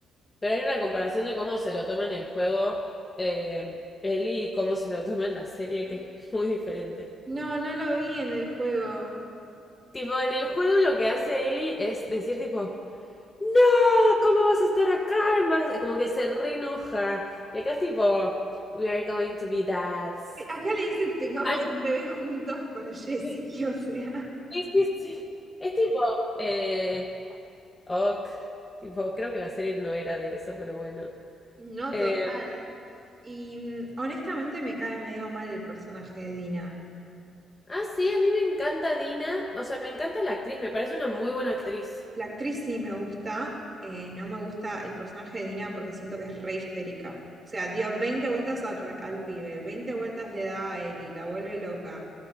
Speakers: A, on the left; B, on the right.
A: Pero hay una comparación de cómo se lo toma en el juego eh, Ellie y cómo se lo toma en la serie, que es muy diferente.
B: No, no lo vi en el juego.
A: Tipo, en el juego lo que hace Ellie es decir, tipo, no, ¿cómo vas a estar acá? Vas-" Como que se re enoja. Y acá es tipo, we are going to be dads.
B: Eh, Acá le dice tengamos
A: Ay,
B: un bebé juntos con Jesse,
A: sí,
B: <laughs> o sea,
A: sí, sí, sí. Es tipo, eh, ok. Tipo, creo que la serie no era de eso, pero bueno.
B: no
A: Eh,
B: total. Y mm, honestamente me cae medio mal el personaje de Dina.
A: ah, sí, a mí me encanta Dina. O sea, me encanta la actriz, me parece una muy buena actriz.
B: La actriz sí me gusta, eh, no me gusta el personaje de Dina porque siento que es re histérica. O sea, dio 20 vueltas al, re- al pibe, 20 vueltas le da a Eli, la vuelve loca.